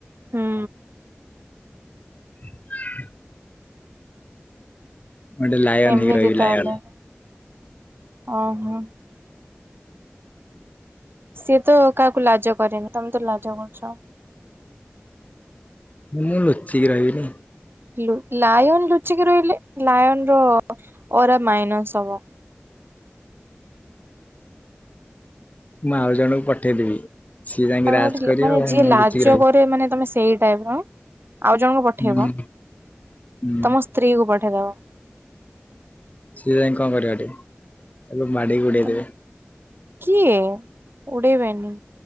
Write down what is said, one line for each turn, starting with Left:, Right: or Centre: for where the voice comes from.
Right: ହୁଁ
Left: <inaudible> ମୁଁ ଗୋଟେ ଲାୟନ
Right: ଏମିତି
Left: ହେଇକି ରହିବି
Right: ତାହେଲେ,
Left: ଲାୟନ
Right: ଓହୋ। ସିଏ ତ କାହାକୁ ଲାଜ କରେନି ତମେ ତ ଲାଜ କରୁଛ।
Left: ମୁଁ ମୁଁ ଲୁଚିକି ରହିବିନି।
Right: ହିଲୁ ଲାୟନ ଲୁଚିକି ରହିଲେ ଲାୟନର ଓରା ମାଇନସ୍ ହବ।
Left: ମୁଁ ଆଉ ଜଣଙ୍କୁ ପଠେଇଦେବି। ସିଏ ଯାଇକି
Right: ତମେ
Left: ରାଜ
Right: ଗୋଟେ ଲ୍
Left: କରିବ
Right: ମାନେ
Left: ଆଉ
Right: ଯିଏ
Left: ମୁଁ
Right: ଲାଜ
Left: ଲୁଚିକି ରହିବି
Right: କରେ ମାନେ ତମେ ସେଇ ଟାଇପର। ଆଉ ଜଣଙ୍କୁ ପଠେଇବ
Left: ହୁଁ। ହୁଁ
Right: ତମ ସ୍ତ୍ରୀ କୁ ପଠେଇଦବ।
Left: ସିଏ ଯାଇଁ କଣ କରିବ ହେଠି ତାକୁ ମାଡିକି ଉଡେଇଦେବେ।
Right: ତମେ କିଏ ଉଡେଇବେନି।